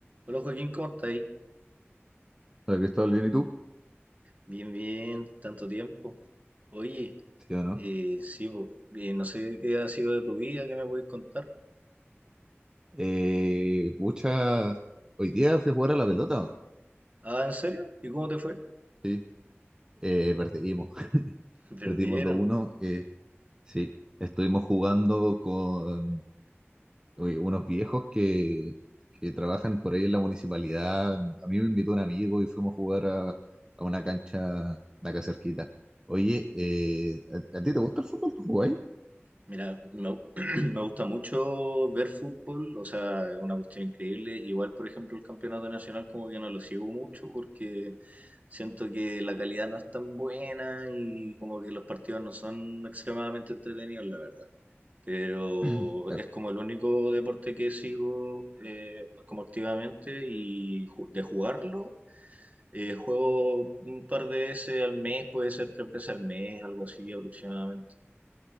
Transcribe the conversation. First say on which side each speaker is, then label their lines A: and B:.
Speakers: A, on the right (about 35°); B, on the right (about 20°).
A: Hola Joaquín, ¿cómo estáis?
B: Hola Cristóbal, ¿bien y tú?
A: Bien, bien, tanto tiempo. Oye,
B: Sí o no.
A: eh, sí, po, eh, no sé qué ha sido de tu vida, qué me podéis contar.
B: Eh, pucha, hoy día fui a jugar a la pelota. ¿o?
A: Ah, ¿en serio? ¿Y cómo te fue?
B: Sí, eh, perdimos. <laughs>
A: <laughs> Perdieron.
B: Perdimos 2-1. eh, sí, estuvimos jugando con oye, unos viejos que, que trabajan por ahí en la municipalidad. A mí me invitó un amigo y fuimos a jugar a, a una cancha de acá cerquita. Oye, eh, ¿a, a ti te gusta el fútbol? ¿Tú jugás?
A: Mira, me, gu- <clears throat> me gusta mucho ver fútbol, o sea, es una cuestión increíble. Igual, por ejemplo, el campeonato nacional como que no lo sigo mucho porque siento que la calidad no es tan buena y como que los partidos no son extremadamente entretenidos, la verdad. pero
B: <clears throat>
A: es como el único deporte que sigo eh, como activamente y ju- de jugarlo. eh, juego un par de veces al mes, puede ser tres veces al mes, algo así aproximadamente.